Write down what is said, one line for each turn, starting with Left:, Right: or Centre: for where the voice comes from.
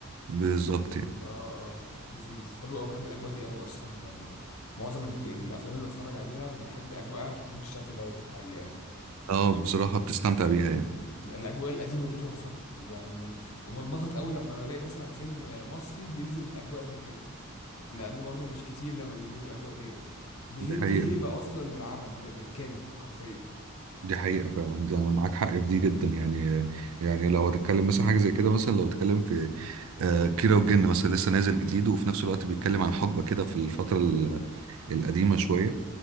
Right: بالظبط يعني
Left: اه اه لذيذ حلو قوي بحب الاجواء دي قوي اصلا يعني معظم الح- الافلام اللي بتفرج عليها بحب اجواءها تكون بالشكل دوت الحقيقه يعني
Right: اه بصراحة بتستمتع بيها يعني
Left: الاجواء القديمه دي تحفه يعني وبتبسط قوي لما بلاقي مثلا فيلم مصري بينزل بالاجواء زي كده لان برضو مش كتير لما بينزلوا بالاجواء ديت بتدي
Right: دي حقيقة
Left: هيبه اصلا للعمل بال- بالكامل حرفيا
Right: دي حقيقة فعلا ده أنا معاك حق في دي جدا يعني يعني لو هتتكلم مثلا حاجة زي كده مثلا لو اتكلم في آه، كيرة والجن مثلا لسه نازل جديد وفي نفس الوقت بيتكلم عن حقبة كده في الفترة ال- القديمة شوية